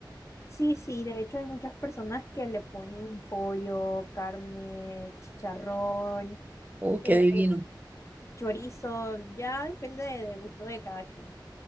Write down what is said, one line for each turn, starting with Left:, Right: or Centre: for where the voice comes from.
Left: Sí, sí, de hecho hay muchas personas que le ponen pollo, carne, chicharrón,
Right: Uy,
Left: eh,
Right: qué divino.
Left: chorizo, ya depende de, de gusto de cada quien.